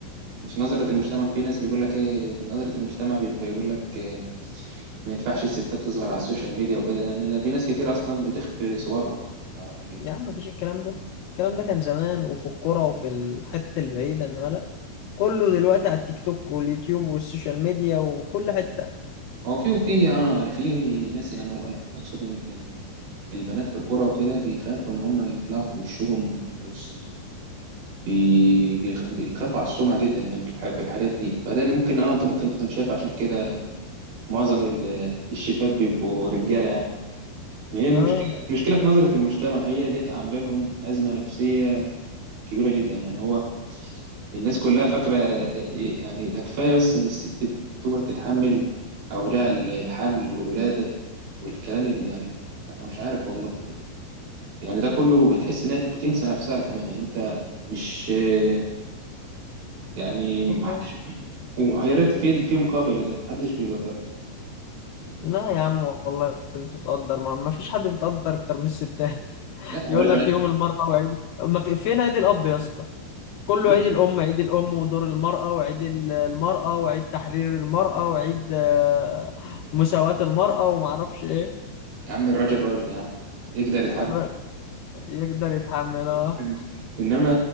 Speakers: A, on the right; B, on the left.
A: مش نظرة المجتمع في ناس بيقول لك ايه نظرة المجتمع بيبقى يقول لك إيه ما ينفعش الستات تظهر على السوشيال ميديا وكده لان في ناس كتير اصلا بتخفي صورها يعني
B: يا عم مفيش الكلام ده الكلام ده كان زمان وفي القرى وفي الحتت البعيدة انما لا كله دلوقتي على التيك توك واليوتيوب والسوشيال ميديا وكل حتة
A: هو في وفي اه يعني في ناس يعني هو يعني اقصد ان ال- البنات في الكوره وكده بيخافوا ان هم يطلعوا بوشهم وال- والص- يعني بي- بيخ- بيخافوا على السمعه جدا يعني في الح- في الحاجات دي فده اللي ممكن اه انت ممكن تكون شايف عشان كده معظم ال- الشيفات بيبقوا رجاله يعني ما هي المشكله
B: اه
A: المشكله في نظره المجتمع هي ديت عامله لهم ازمه نفسيه كبيره جدا يعني هو الناس كلها فاكره آه، آه، آه، يعني ده كفايه بس ان الست بتقعد تتحمل اوجاع الحمل والولاده والكلام اللي يعني انا مش عارف والله يعني ده كله بتحس انها بتنسى نفسها كمان يعني انت مش آه، يعني محدش
B: اه
A: ويا ريت في في مقابل لده محدش بيقدرها
B: لا يا عم والله بتتقدر ما ما فيش حد بيتقدر اكتر من الستات <laughs>
A: لا هو
B: يقول
A: لا
B: لك
A: هو لا،
B: يوم المرأة وعيد ما في فين عيد الأب يا اسطى كله
A: ماشي
B: عيد الأم عيد الأم ودور المرأة وعيد ال- المرأة وعيد تحرير المرأة وعيد آه، مساواة المرأة وما اعرفش ايه
A: يا عم الراجل راجل يا عم يقدر يتحمل
B: الر- يقدر يتحملها
A: <laughs> انما